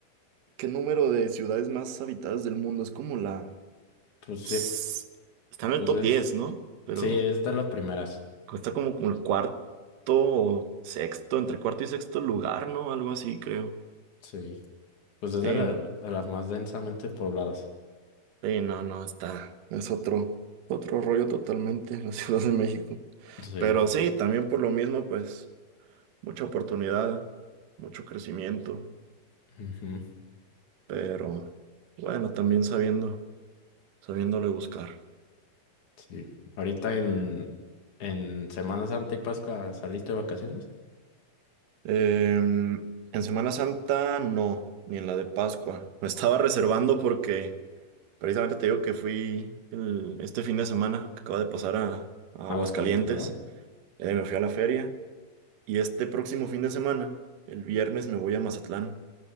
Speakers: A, on the right (about 70°); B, on the left (about 55°).
A: ¿Qué número de ciudades más habitadas del mundo? Es como la...
B: Pues
A: s-
B: sí,
A: Está en el
B: pues
A: top
B: es,
A: diez ¿no? Pero
B: sí, es de las primeras.
A: está como, como el cuarto o sexto, entre cuarto y sexto lugar, ¿no? Algo así, creo.
B: Sí, pues
A: Sí,
B: es de, la- de las más densamente pobladas.
A: sí, no, no, está. Es otro, otro rollo totalmente la <laughs> Ciudad de México.
B: Sí,
A: Pero sí, también por lo mismo, pues, mucha oportunidad, mucho crecimiento.
B: ujú,
A: Pero bueno, también sabiendo, sabiéndole buscar.
B: sí. Ahorita en, en Semana Santa y Pascua saliste de vacaciones.
A: Em, en Semana Santa no, ni en la de Pascua. Me estaba reservando porque precisamente te digo que fui el- este fin de semana que acaba de pasar a, a
B: Aguascalientes,
A: Aguascalientes.
B: ¿verdad?
A: Eh, me fui a la feria y este próximo fin de semana, el viernes, me voy a Mazatlán.